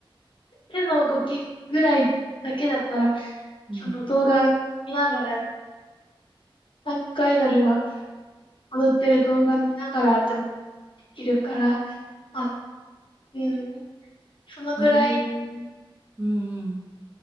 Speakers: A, on the left; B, on the right.
A: 手の動きぐらいだけだったら、
B: うん。
A: その動画見ながら、韓国アイドルが踊ってる動画見ながらでもできるから、まあ、うん、そのぐらい
B: へえ、うん、うん。